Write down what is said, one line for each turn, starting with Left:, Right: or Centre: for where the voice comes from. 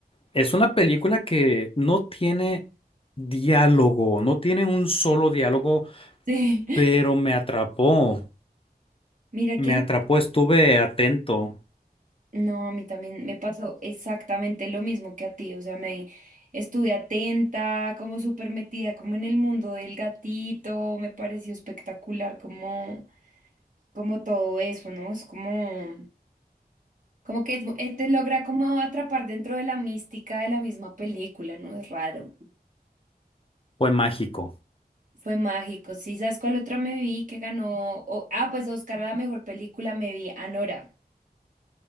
Left: Es una película que no tiene diálogo, no tiene un solo diálogo,
Right: Sí. <laughs>
Left: pero me atrapó.
Right: Mira
Left: Me
Right: que a
Left: atrapó,
Right: mí,
Left: estuve atento.
Right: no, a mí también me pasó exactamente lo mismo que a ti. O sea, me estuve atenta, como súper metida, como en el mundo del gatito. Me pareció espectacular como, como todo eso, ¿no? Es como. Como que es- eh, te logra como atrapar dentro de la mística de la misma película, ¿no? Es raro.
Left: Fue mágico.
Right: Fue mágico. Sí, ¿sabes cuál otra me vi que ganó? O- ah, pues Oscar a la mejor película me vi, Anora.